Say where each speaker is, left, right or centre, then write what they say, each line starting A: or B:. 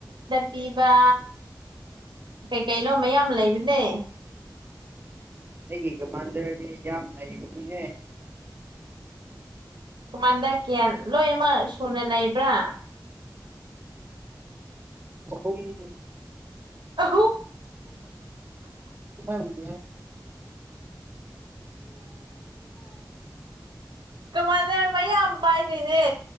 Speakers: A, on the right; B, on the right.
A: ꯄꯤꯕ ꯀꯩ ꯀꯩꯅꯣ ꯃꯌꯥꯝ ꯂꯩꯕꯅꯦ
B: ꯑꯩꯒꯤꯒꯃꯥꯟꯗꯔꯗꯤ ꯌꯥꯝ ꯂꯩꯕꯅꯤꯍꯦ
A: ꯀꯃꯟꯗꯔ ꯀꯌꯥ ꯂꯣꯏꯅꯃꯛ ꯁꯨꯅ ꯂꯩꯕ꯭ꯔꯥ
B: ꯑꯨꯝ
A: ꯍ
B: ꯍꯪ ꯀ
A: ꯀꯃꯥꯟꯅꯔ ꯃꯌꯥꯝ ꯄꯥꯏꯗꯣꯏꯅꯦ